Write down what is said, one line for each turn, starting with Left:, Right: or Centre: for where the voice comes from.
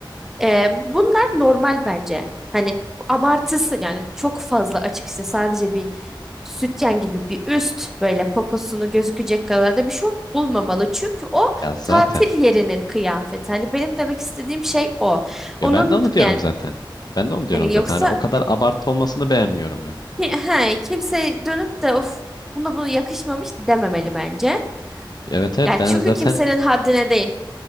Centre: Ee, bunlar normal bence. Hani abartısı yani çok fazla açık açıkçası sadece bir sütyen gibi bir üst böyle poposunu gözükecek kadar da bir şort olmamalı. Çünkü o
Left: Ya zaten.
Centre: tatil yerinin kıyafeti. Hani benim demek istediğim şey o. Onun
Left: Ya ben de onu diyorum
Centre: yani
Left: zaten. Ben de onu diyorum
Centre: hani
Left: zaten.
Centre: yoksa
Left: Hani o kadar abartı olmasını beğenmiyorum ben.
Centre: he, kimse dönüp de of buna bunu yakışmamış dememeli bence.
Left: Evet evet
Centre: Yani
Left: ben
Centre: çünkü
Left: zaten
Centre: kimsenin haddine değil.